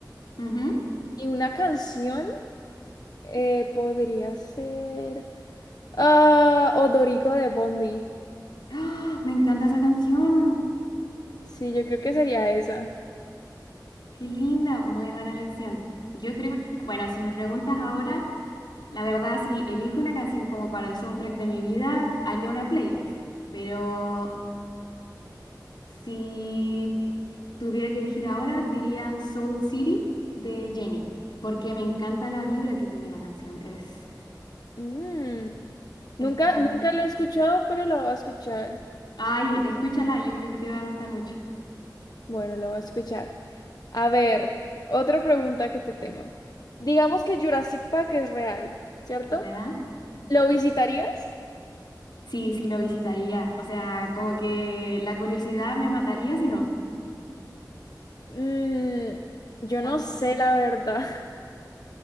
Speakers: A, on the left; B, on the left.
A: Ujú.
B: y una canción eh, podría ser ah, Odorico de Bondi.
A: ¡Ah! Me encanta esa canción.
B: Sí, yo creo que sería esa.
A: Qué linda, muy buena elección. Yo creo que, bueno, si me preguntas ahora, la verdad, si elijo una canción como para el soundtrack de mi vida, haría una playlist. Pero si tuviera que elegir ahora, diría Soul City de Jenny, porque me encanta la vibra que tiene la canción. Es,
B: Mm. Nunca,
A: es como...
B: nunca lo he escuchado, pero lo voy a escuchar.
A: Ay, escúchala, yo creo que te va a gustar mucho.
B: Bueno, lo voy a escuchar. A ver, otra pregunta que te tengo. Digamos que Jurassic Park es real, ¿cierto?
A: ¿Ya?
B: ¿Lo visitarías?
A: Sí, sí, lo visitaría. O sea, como que la curiosidad me mataría si no.
B: Mm, yo no
A: Aun-
B: sé la verdad.